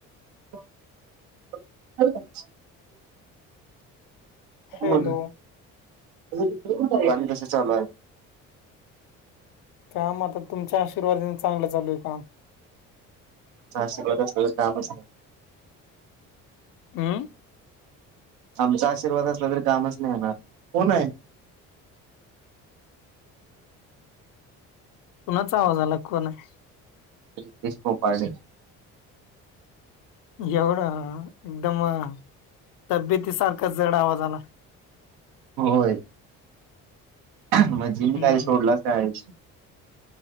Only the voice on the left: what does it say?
हॅलो
कामं आता, तुमच्यां आशीर्वादाने चांगलं चालूं आहे कामं.
हं.
कुणाचा आवाज आला, कोण आहे?
एवढं एकदम तब्येतीसारखा जड आवाज आला.
हम्म